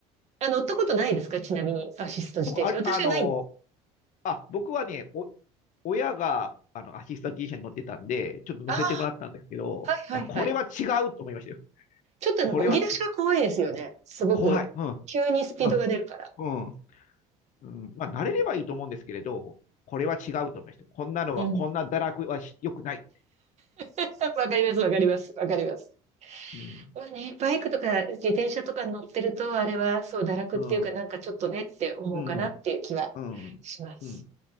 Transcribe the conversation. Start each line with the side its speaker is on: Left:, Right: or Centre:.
Right: あ乗ったことないですかちなみに、アシスト自転車。
Left: 僕、あれ、
Right: 私はないんです。
Left: あの、あ、僕はね、お、親が、あの、アシスタ T 社に乗ってたんで、ちょっと乗せてもらったんですけど、
Right: ああ、はいはいはい。
Left: いやこれは違うと思いましたよ。
Right: ちょっとあの、
Left: これは
Right: 漕ぎ出しが怖いですよね。すごく。
Left: 怖い。うん、
Right: 急にスピードが出るから。
Left: うん、うん、うん。まあ、慣れればいいと思うんですけれど、これは違うと思いました。こんなのは、
Right: うん。
Left: こんな堕落はし良くない。
Right: <laughs> わかります、わかります、わかります。
Left: うん。
Right: まあね、バイクとか自転車とか乗ってると、あれはそう、堕落っていうか、
Left: うん、
Right: なんかちょっとねって思うかなっていう気は
Left: うん、うん、
Right: します。
Left: うん、